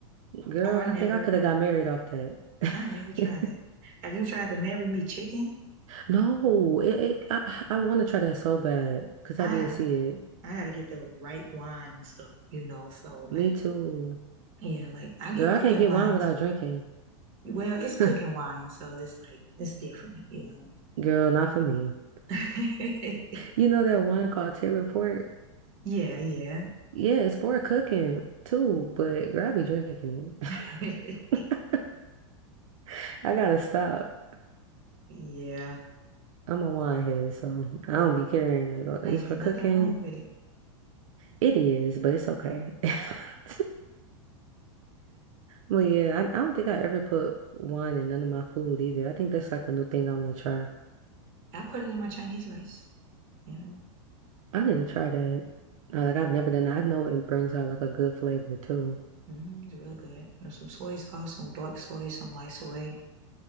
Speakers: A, on the right; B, on the right.
A: Girl,
B: Oh, I never,
A: I think I could
B: I
A: have
B: never
A: got married
B: tried.
A: off that.
B: I never tried
A: <laughs>
B: that. Have you tried the Marry Me chicken?
A: No, it, it I I want to try that so bad because
B: I
A: I did
B: gotta,
A: see it.
B: I gotta get the right wine and stuff, you know. So
A: Me
B: like,
A: too.
B: yeah, like I get
A: Girl,
B: cooking
A: I can't get
B: wines.
A: wine without drinking.
B: Well, it's cooking
A: <laughs>
B: wine, so it's like it's different, you know.
A: Girl, not for me.
B: <laughs>
A: You know that wine called Taylor Port?
B: Yeah, yeah.
A: Yeah, it's for cooking too, but girl, I be drinking
B: <laughs>
A: it. <laughs> I gotta stop.
B: Yeah,
A: I'm a wine head, so I don't be caring. Like, uh,
B: hey,
A: it's for
B: there's nothing
A: cooking.
B: wrong with it.
A: It is, but it's okay. <laughs> But yeah, I, I don't think I ever put wine in none of my food either. I think that's like a new thing I want to try.
B: I put it in my Chinese rice, you know.
A: I need to try that. Uh, Like, I've never done that. I know it brings out like a good flavor too.
B: hmm it's real good. There's some soy sauce, some dark soy, some light soy,